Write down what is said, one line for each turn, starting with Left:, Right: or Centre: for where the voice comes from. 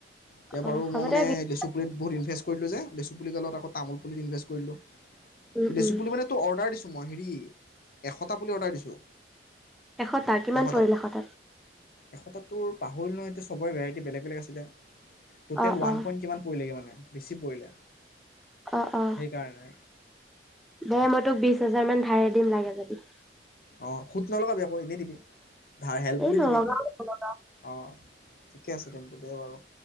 Left: এতিয়া
Centre: অ
Left: বাৰু
Centre: হ'ব
Left: মই মানে
Centre: দে বিশ
Left: লেচু পুলিত বহুত ইনভেষ্ট কৰিলোঁ যে লিচু পুলি গালত আকৌ তামোল পুলিত ইনভেষ্ট কৰিলোঁ
Centre: উম
Left: লিচু
Centre: উম
Left: পুলি মানে তো অৰ্ডাৰ দিছো অ হেৰি এশ টা পুলি অৰ্ডাৰ দিছোঁ
Centre: এশটা কিমান
Left: এশটা
Centre: পৰিল এশটাত
Left: এশটাটো প হল ন এতিয়া চবৰে ভেৰাইটি বেলেগ বেলেগ আছিলে টোতেল
Centre: অ
Left: ৱান
Centre: অ
Left: পইট কিমান পৰিলেগে মানে বেছি পৰিলে
Centre: অ অ
Left: সেইকাৰণে
Centre: দে মই তোক বিশ হাজাৰ মান ধাৰে দিম লাগে যদি
Left: অ সোত নলগাবি আকৌ এনেই দিবি ধাৰ হেল্প
Centre: এই
Left: বুলি
Centre: নলগাও
Left: দিবি
Centre: নলগাও
Left: অঁ ঠিকে আছে তেন্ত থিকে বাৰু